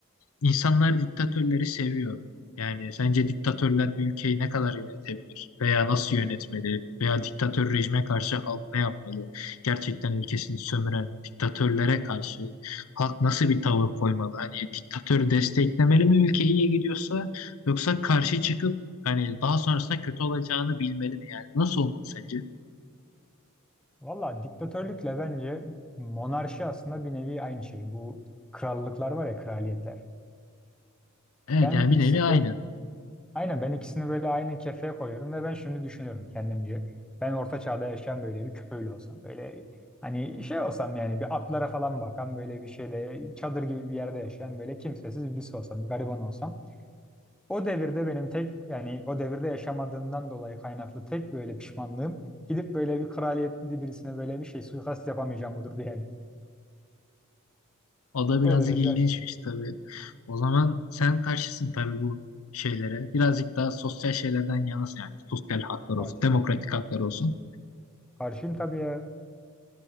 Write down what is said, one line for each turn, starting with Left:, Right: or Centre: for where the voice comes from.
Left: İnsanlar diktatörleri seviyor. Yani sence diktatörler bir ülkeyi ne kadar yönetebilir? Veya nasıl yönetmeli? Veya diktatör rejime karşı halk ne yapmalı? Gerçekten ülkesini sömüren diktatörlere karşı halk nasıl bir tavır koymalı? Hani diktatörü desteklemeli mi ülke iyiye gidiyorsa yoksa karşı çıkıp hani daha sonrasında kötü olacağını bilmeli mi? Yani nasıl olmalı sence?
Centre: Valla diktatörlükle bence monarşi aslında bir nevi aynı şey. Bu krallıklar var ya kraliyetler.
Left: Evet
Centre: Ben
Left: yani
Centre: ikisini
Left: bir nevi aynı.
Centre: böyle aynen ben ikisini böyle aynı kefeye koyuyorum ve ben şimdi düşünüyorum kendimce. Ben orta çağda yaşayan böyle bir köylü olsam böyle hani şey olsam yani bir atlara falan bakan böyle bir şeyde çadır gibi bir yerde yaşayan böyle kimsesiz birisi olsam bir gariban olsam. O devirde benim tek yani o devirde yaşamadığımdan dolayı kaynaklı tek böyle pişmanlığım gidip böyle bir kraliyetli birisine böyle bir şey suikast yapamayacağım budur diye.
Left: O da
Centre: O
Left: birazcık
Centre: derece
Left: ilginçmiş
Centre: açığım.
Left: tabii. O zaman sen karşısın tabii bu şeylere. Birazcık daha sosyal şeylerden yanasın yani. Sosyal haklar
Centre: Fatih'im
Left: olsun, demokratik
Centre: tabii.
Left: haklar
Centre: ya.
Left: olsun.
Centre: Karşıyım tabii ya.